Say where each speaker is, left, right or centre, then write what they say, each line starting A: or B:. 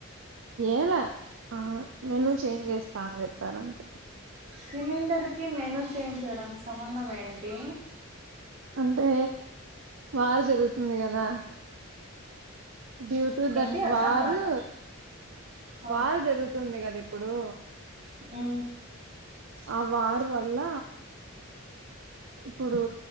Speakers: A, on the right; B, on the right.
A: ఎలే ఆ మెను చేంజ్ చేస్తా అని చెప్పారంతే
B: సిలిండర్కిి మెను చేంజ్ చేయడానికి సంబంధం ఏంటి
A: అంటే వార్ జరుగుతుంది కదా డ్యూ టు దట్
B: ఏంటి అర్ధం
A: వారు
B: కాల ఆ
A: వార్ జరుగుతూ తుంది కద ఇప్పుడు
B: ఉ
A: ఆ వార్ వళ్ళ ఇప్పుడు